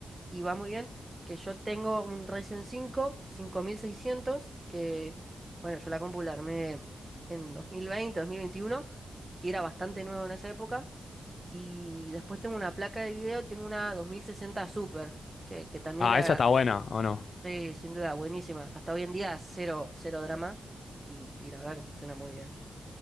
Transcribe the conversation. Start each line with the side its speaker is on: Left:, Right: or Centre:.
Right: y va muy bien, que yo tengo un Ryzen cinco cinco mil seiscientos que bueno, yo la compu la armé en dos dos mil veinte dos mil veintiuno y era bastante nuevo en esa época. Y después tengo una placa de video, tengo una dos mil sesenta Super, que, que también
Left: ah,
Right: era,
Left: esa está buena, ¿o no?
Right: sí, sin duda, buenísima. Hasta hoy en día, cero, cero drama, y, y la verdad que funciona muy bien.